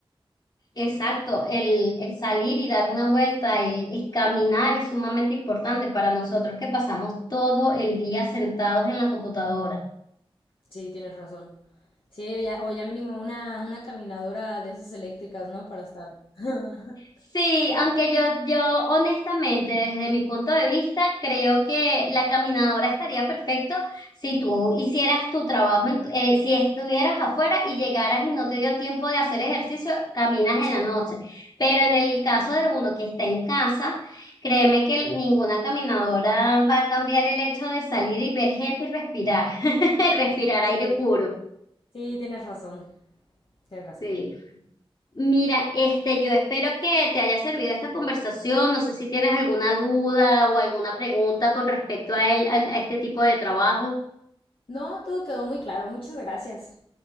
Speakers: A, on the left; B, on the left.
A: Exacto, el, el salir y dar una vuelta, el, el caminar es sumamente importante para nosotros que pasamos todo el día sentados en la computadora.
B: Sí, tienes razón. Sí, ya, o ya mínimo una, una caminadora de esas eléctricas, ¿no? Para estar. <laughs>
A: Sí, aunque yo, yo honestamente, desde mi punto de vista, creo que la caminadora estaría perfecto si tú hicieras tu trabajo, en tu- eh, si estuvieras afuera y llegaras y no te dio tiempo de hacer ejercicio, caminas
B: Sí,
A: en la noche. Pero en el caso de uno que está en casa, créeme que ninguna caminadora va a cambiar el hecho de salir y ver gente y respirar, <laughs> respirar
B: sí.
A: aire puro.
B: Sí, tienes razón, tienes razón.
A: Sí. Mira, este, yo espero que te haya servido esta conversación. No sé si tienes alguna duda o alguna pregunta con respecto a él, al- a este tipo de trabajo.
B: No, todo quedó muy claro. Muchas gracias.